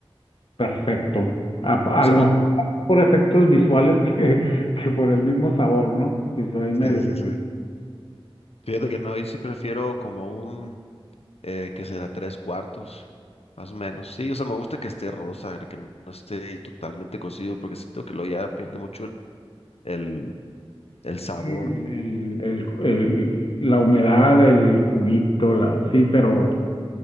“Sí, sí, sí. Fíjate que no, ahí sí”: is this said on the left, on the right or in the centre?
Left